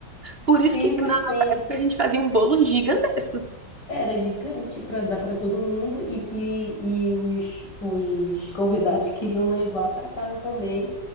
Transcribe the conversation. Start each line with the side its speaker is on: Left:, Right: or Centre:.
Right: Por
Left: Sempre
Right: isso que na
Left: tem.
Right: nossa época a gente fazia um bolo gigantesco.
Left: Era gigante para dar para todo mundo e, e, e os, os convidados queriam levar para casa também,